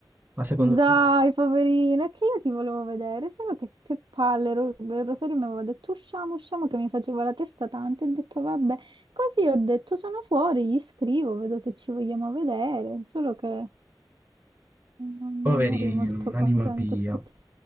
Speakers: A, on the right (about 25°); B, on the right (about 80°).
A: La seconda
B: Dai,
A: uscita.
B: poverina, è che io ti volevo vedere, solo che, che palle, Ro- Rosario mi aveva detto usciamo, usciamo, che mi faceva la testa tanto, e ho detto vabbè, così ho detto sono fuori, gli scrivo, vedo se ci vogliamo vedere, solo che... Non
A: Poverino,
B: non eri molto contento
A: anima pia.
B: effettivamente.